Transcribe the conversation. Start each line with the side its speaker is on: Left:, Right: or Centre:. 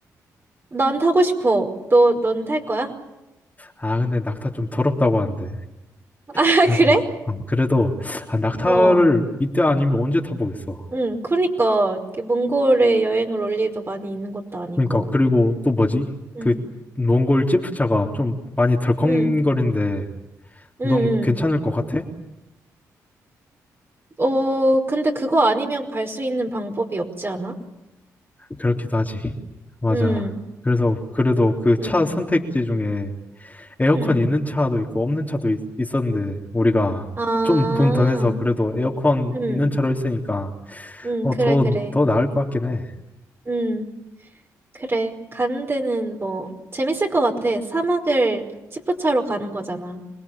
Right: 난 타고 싶어. 너, 넌 탈 거야?
Left: 아, 근데 낙타 좀 더럽다고 하는데.
Right: <laughs> 아,
Left: 그래서,
Right: 그래?
Left: 음, 그래도, 아, 낙타를
Right: 어,
Left: 이때 아니면 언제 타보겠어.
Right: 응. 그러니까, 이렇게 몽골에 여행을 올 일도 많이 있는 것도 아니고.
Left: 그러니까, 그리고 또 뭐지?
Right: 응,
Left: 그 몽골 찌푸차가 좀 많이 덜컹거린데
Right: 응, 응,
Left: 넌
Right: 응.
Left: 괜찮을 것 같아?
Right: 어, 근데 그거 아니면 갈 수 있는 방법이 없지 않아?
Left: 그렇기도 하지. 맞아.
Right: 응,
Left: 그래서 그래도 그 차
Right: 응.
Left: 선택지 중에 에어컨
Right: 응.
Left: 있는 차도 있고 없는 차도 있, 었는데 우리가
Right: 아,
Left: 좀 돈 더 내서 그래도 에어컨
Right: 응.
Left: 있는 차로 했으니까
Right: 응,
Left: 어,
Right: 그래,
Left: 더,
Right: 그래.
Left: 더 나을 것 같긴 해.
Right: 응, 그래. 가는 데는 뭐, 재밌을 것 같아. 사막을 지프차로 가는 거잖아.